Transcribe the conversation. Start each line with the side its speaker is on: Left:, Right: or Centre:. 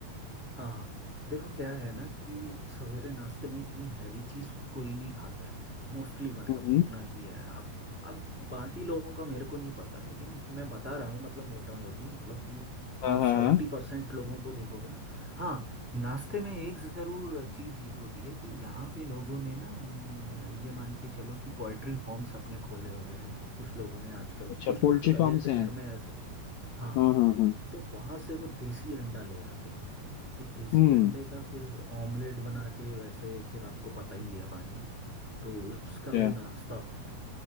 Centre: हाँ देखो क्या है ना कि सवेरे नाश्ते में इतनी हैवी चीज कोई नहीं खाता है मोस्टली मतलब
Left: हम्म
Centre: जितना की है आप अब बाकी लोगों का मेरे को नहीं पता लेकिन मैं बता रहा हूँ मतलब मोटा मोटी मतलब कि
Left: हाँ
Centre: आप
Left: हाँ
Centre: सेवेंटी
Left: हाँ।
Centre: परसेंट लोगों को देखोगे ना हाँ नाश्ते में एक जरूर चीज ये होती है कि यहाँ पे लोगों ने ना हम्म, ये मान के चलो कि पोएट्री फॉर्म्स अपने खोले हुए हैं कुछ लोगों ने आजकल
Left: अच्छा
Centre: कुछ
Left: पोल्ट्री
Centre: लोग तो पहले
Left: फार्म्स
Centre: ऐसे
Left: हैं
Centre: घर में हाँ
Left: हाँ हाँ हाँ
Centre: तो वहां से वो देसी अंडा ले आते हैं तो देसी
Left: हम्म
Centre: अंडे का फिर ऑमलेट बना के वैसे फिर आपको पता ही है बाकी तो उसका
Left: अच्छा
Centre: वो नाश्ता होता है